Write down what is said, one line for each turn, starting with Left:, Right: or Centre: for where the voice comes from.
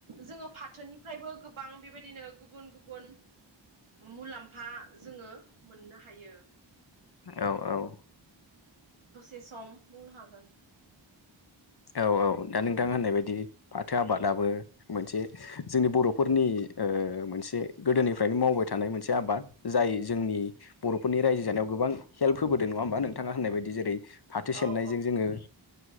Right: जोङो फाथोनिफ्रायबो गोबां बेबायदिनो गुबुन- गुबुन मुलाम्फा जोङो मोननो हायो
Left: औ औ
Right: दसे सम बुंनो हागोन
Left: औ औ दा नोंथां होननाय बायदि फाथो आबादाबो मोनसे जोंनि बर'फोरनि ओ मोनसे गोदोनिफ्रायनो मावबाय थानाय मोनसे आबाद जाय जोंनि बर'फोरनि रायजो जानायाव गोबां हेल्प होबोदों नङा होमबा नोंथाङा होननाय बायदि जेरै फाथो सेरनायजों
Right: औ औ
Left: जोङो